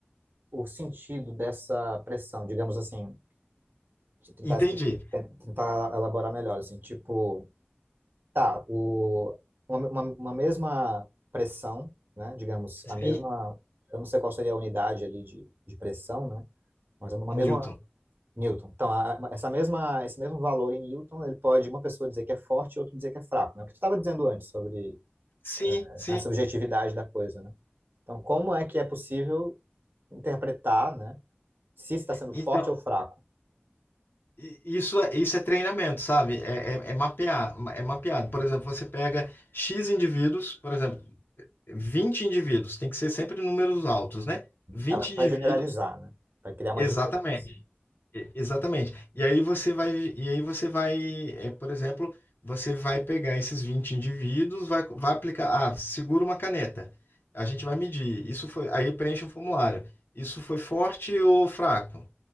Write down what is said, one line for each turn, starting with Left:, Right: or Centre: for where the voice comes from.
Right: o sentido dessa pressão, digamos assim, deixa eu tentar,
Left: Entendi.
Right: expli- ten- tentar elaborar melhor, assim, tipo, tá, o, uma, uma, uma mesma pressão, né, digamos,
Left: Sim,
Right: a mesma, eu não sei qual seria a unidade ali de, de pressão, né, mas uma
Left: é
Right: mesma
Left: Newton.
Right: Newton. Então, a- a- essa mesma, esse mesmo valor em Newton, ele pode uma pessoa dizer que é forte e outra dizer que é fraco, né, o que tu estava dizendo antes sobre
Left: Sim,
Right: né,
Left: sim.
Right: a subjetividade da coisa, né. Então, como é que é possível interpretar, né, se está sendo
Left: Então,
Right: forte ou fraco.
Left: i- isso, é- isso é treinamento, sabe? É, é, é mapear, é mapeado. Por exemplo, você pega X indivíduos, por exemplo, 20 indivíduos, tem que ser sempre números altos, né? vinte
Right: Ela Vai
Left: indivíduos,
Right: generalizar, né? Vai criar uma
Left: exatamente.
Right: generalização.
Left: E- Exatamente. E aí você vai, e aí você vai, é, por exemplo, você vai pegar esses 20 indivíduos, vai, vai aplicar, ah, segura uma caneta. A gente vai medir. Isso foi, aí preenche um formulário. Isso foi forte ou fraco?